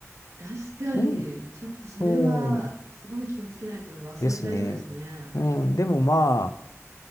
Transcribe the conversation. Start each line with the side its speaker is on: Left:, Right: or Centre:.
Right: 確かに、
Left: うん。
Right: ちょっとそれはすごい気をつけないと忘れちゃいそうですね。
Left: そうですね。うん。でもまあ、